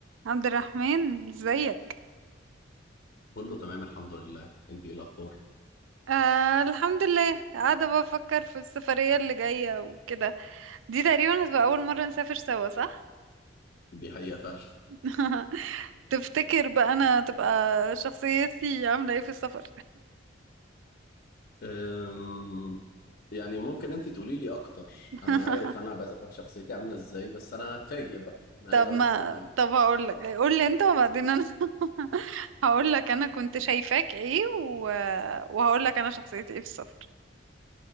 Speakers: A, on the right (about 80°); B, on the left (about 50°).
A: عبد الرحمن ازيك
B: كله تمام الحمد لله انت ايه الاخبار
A: آه الحمد لله قاعدة بفكر في السفرية اللي جاية وكده دي تقريبا هتبقى أول مرة نسافر سوا صح؟
B: دي حقيقة فعلا
A: <laughs> تفتكر بقى أنا تبقى شخصيتي عاملة ايه في السفر
B: أم... يعني ممكن انت تقولي لي اكتر
A: <laughs>
B: انا عارف انا بس... شخصيتي عاملة ازاي بس انا هتفاجئ بقى انا
A: طب
B: عايز اعرف
A: ما
B: انت ايه
A: طب هقولك قولي انت وبعدين أنا <laughs> هقولك أنا كنت شايفاك ايه و... وهقولك أنا شخصيتي ايه في السفر